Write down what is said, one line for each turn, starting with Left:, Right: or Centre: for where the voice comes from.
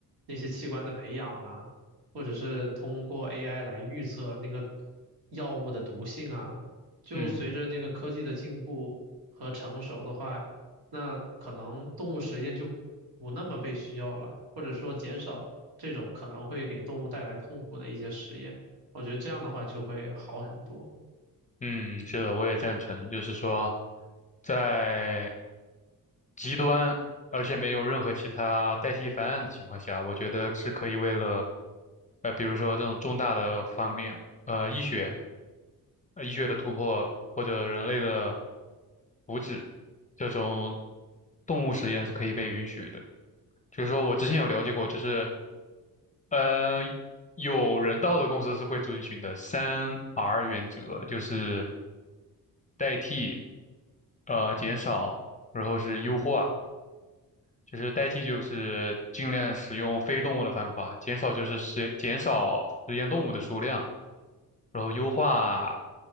Right: 那些器官的培养啊，或者是通过 AI 来预测那个药物的毒性啊，就随着那个科技的进步和成熟的话，
Left: 嗯
Right: 那可能动物实验就不那么被需要了，或者说减少这种可能会给动物带来痛苦的一些实验，我觉得这样的话就会好很多。
Left: 嗯，是的，我也赞成，就是说，在极端而且没有任何其他代替方案的情况下，我觉得是可以为了，呃，比如说这种重大的方面。呃，医学呃医学的突破或者人类的福祉，这种动物实验是可以被允许的。就是说我之前有了解过，就是呃，有人道的公司是会遵循的三 R 原则，就是代替、呃减少，然后是优化。就是代替就是尽量使用非动物的方法，减少就是实减少实验动物的数量，然后优化